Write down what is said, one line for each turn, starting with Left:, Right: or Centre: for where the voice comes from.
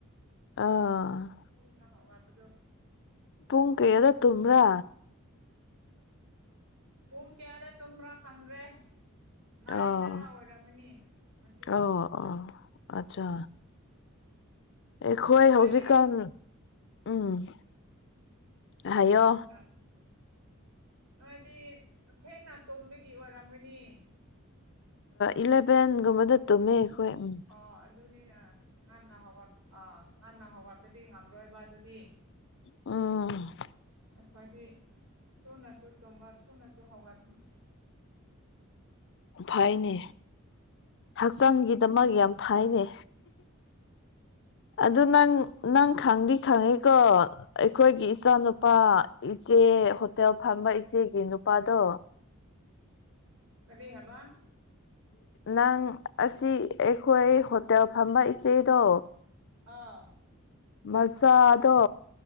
Left: ꯑꯥ
Right: ꯎꯅ ꯍꯥꯎ ꯍꯥꯄꯗꯣ
Left: ꯄꯨꯡ ꯀꯌꯥꯗ ꯇꯨꯝꯕ꯭ꯔꯥ
Right: ꯄꯨꯡ ꯀꯌꯥꯗ ꯇꯨꯝꯕꯔꯥ ꯍꯪꯒꯔꯦ ꯅꯥꯏꯟꯗꯔꯥ
Left: ꯑꯥ
Right: ꯑꯣꯏꯔꯝꯃꯅꯤ ꯃꯁꯤ
Left: ꯑꯣ ꯑꯣ ꯑꯠꯆꯥ ꯑꯩꯈꯣꯏ
Right: ꯅꯣꯏꯗꯤ
Left: ꯍꯧꯖꯤꯛꯀꯥꯟ ꯎꯝ ꯍꯥꯏꯌꯣ
Right: ꯑꯥ ꯅꯣꯏꯗꯤ ꯊꯦꯡꯅ ꯇꯨꯝꯕꯒꯤ ꯑꯣꯏꯔꯝꯒꯅꯤ
Left: ꯏꯂꯚꯦꯟꯒꯨꯝꯕꯗ ꯇꯨꯝꯃꯦ ꯑꯩꯈꯣꯏ ꯎꯝ
Right: ꯑꯣ ꯑꯗꯨꯅꯤꯅꯥ ꯉꯟꯅ ꯍꯧꯒꯠ ꯑ ꯉꯟꯅ ꯍꯧꯒꯠꯄꯗꯤ ꯉꯝꯔꯣꯏꯕ ꯑꯗꯨꯗꯤ
Left: ꯎꯝ
Right: ꯑꯩꯈꯣꯏꯗꯤ ꯊꯨꯅ ꯁꯨ ꯇꯨꯝꯕ ꯊꯨꯅꯥꯁꯨ ꯍꯧꯒꯠꯄꯅꯤ
Left: ꯐꯩꯅꯦ ꯍꯛꯆꯥꯡꯒꯤꯗꯃꯛ ꯌꯥꯝ ꯐꯩꯅꯦ ꯑꯗꯨ ꯅꯪ ꯅꯪ ꯈꯪꯗꯤ ꯈꯪꯉꯦꯀꯣ? ꯑꯩꯈꯣꯏꯒꯤ ꯏꯆꯥ ꯅꯨꯨꯄꯥ ꯏꯆꯦ ꯍꯣꯇꯦꯜ ꯐꯝꯕ ꯏꯆꯦꯒꯤ ꯅꯨꯄꯥꯗꯣ
Right: ꯀꯔꯤ ꯍꯥꯕ?
Left: ꯅꯪ ꯑꯁꯤ ꯑꯩꯈꯣꯏ ꯍꯣꯇꯦꯜ ꯐꯝꯕ ꯏꯆꯦꯗꯣ
Right: ꯑꯥ
Left: ꯃꯆꯥꯗꯣ